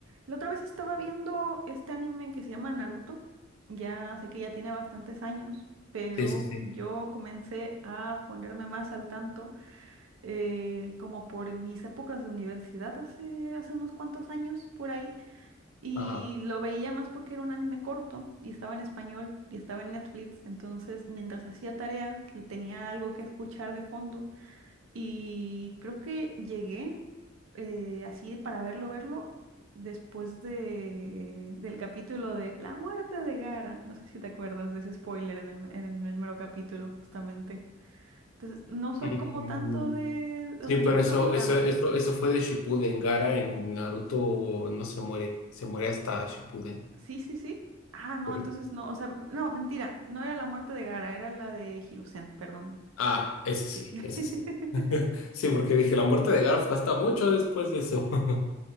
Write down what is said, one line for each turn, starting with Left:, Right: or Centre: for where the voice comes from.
Right: La otra vez estaba viendo este anime que se llama Naruto. Ya sé que ya tiene bastantes años, pero
Left: Sí, sí, sí.
Right: yo comencé a ponerme más al tanto eh, como por mis épocas de universidad hace, hace unos cuantos años por ahí. Y
Left: Ajá.
Right: lo veía más porque era un anime corto y estaba en español y estaba en Netflix. Entonces, mientras hacía tarea, tenía algo que escuchar de fondo y creo que llegué eh, así para verlo, verlo, después de, del capítulo de La muerte de Gara. No sé si te acuerdas de ese spoiler en el, me- en el mero capítulo, justamente. Entonces, no soy
Left: Mm,
Right: como tanto de,
Left: sí,
Right: o sea,
Left: pero
Right: no,
Left: eso,
Right: no vi tanto.
Left: eso, eso, eso fue de Shippuden. Gara en Naruto no se muere, se muere hasta Shippuden.
Right: Sí, sí, sí. Ah, no,
Left: Sí.
Right: entonces no, o sea, no, mentira, no era la muerte de Gara, era la de Hiruzen, perdón.
Left: Ah, ese sí,
Right: Sí. <laughs>
Left: ese sí. Sí, porque dije, la muerte de Gara fue hasta mucho después de eso. <laughs>